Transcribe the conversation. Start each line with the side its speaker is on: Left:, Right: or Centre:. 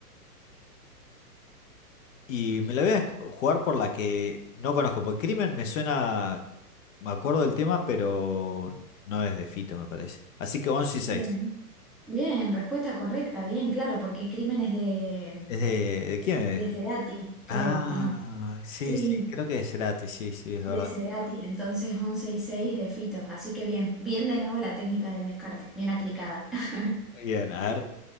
Left: Y me la voy a esc- jugar por la que no conozco, porque Crimen me suena, me acuerdo del tema, pero no es de Fito, me parece. Así que 11 y seis
Centre: Bien. Bien, respuesta correcta, bien, claro, porque Crimen es de,
Left: ¿Es de, de quién es?
Centre: de Cerati, creo,
Left: Ah,
Centre: ¿o no?
Left: sí,
Centre: Sí,
Left: sí, creo que es Cerati, sí, sí, es verdad.
Centre: de Cerati, entonces 11 y 6 de Fito, así que bien, bien de nuevo la técnica del descarte, bien aplicada. <laughs>
Left: Bien, a ver.